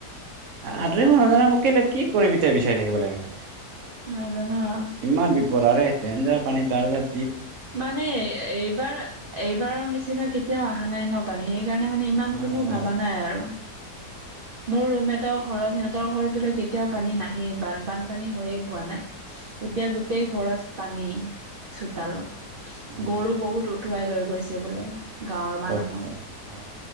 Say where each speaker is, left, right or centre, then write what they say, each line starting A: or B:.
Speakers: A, on the right; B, on the right.
A: আঁতৰিবই নাজানা আকৌ কেলে কি কৰি পিঠয়া বিচাৰি থাকিব লাগে।
B: নাজানো আৰু
A: ইমান বিপদ আৰ সেই ডেন্জাৰ পানী তাৰপাছ
B: মানে এইবাৰ এইবাৰৰ নিচিনা কেতিয়াও অহা নাই ন পানী সেই সেইকাৰণে মানে ইমান
A: হয়
B: কোনো
A: নাই এইটো
B: ভবা নাই আৰু।
A: <inaudible>
B: মোৰ ৰুম এটৰ ঘৰত সিহঁতৰ ঘৰ বোলে কেতিয়াও পানী নাহেই বানপানী হৈয়ে পোৱা নাই। এতিয়া গোটেই ঘৰত পানী চোতালত
A: অ'
B: গৰু বহুত উঠুৱাই লৈ গৈছে বোলে। গাঁৱৰ মানুহৰ
A: অ, অ, অ,